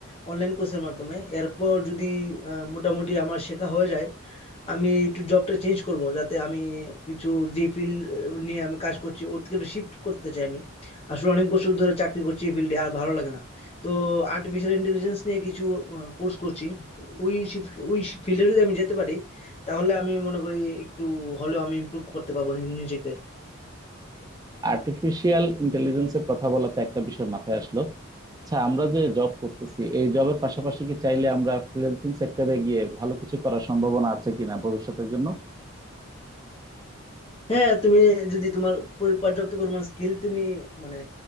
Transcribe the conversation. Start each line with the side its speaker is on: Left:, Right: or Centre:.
Left: অনলাইন কোর্সের মাধ্যমে এরপর যদি আহ, মোটামুটি আমার শেখা হয়ে যায় আমি একটু জবটা চেঞ্জ করব যাতে আমি কিছু যে ফিল্ড নিয়ে আমি কাজ করছি ওর থেকে একটু শিফট করতে চাই আমি আসলে অনেক বছর ধরে চাকরি করছি এই ফিল্ডে আর ভালো লাগে না তো আর্টিফিশিয়াল ইন্টেলিজেন্স নিয়ে কিছু কোর্স করছি ওই shift- ওই ফিল্ডে যদি আমি যেতে পারি তাহলে আমি মনে করি একটু হলেও আমি ইমপ্রুভ করতে পারবো নিজেকে
Right: আর্টিফিশিয়াল ইন্টেলিজেন্সের কথা বলাতে একটা বিষয় মাথায় আসলো আচ্ছা আমরা যে জব করতেছি এই জবের পাশাপাশি কি চাইলে আমরা ফ্রিল্যান্সিং সেক্টরে গিয়ে ভালো কিছু করার সম্ভাবনা আছে কিনা ভবিষ্যতের জন্য
Left: হ্যাঁ তুমি যদি তোমার পরি- পর্যাপ্ত পরিমাণ স্কিল তুমি মানে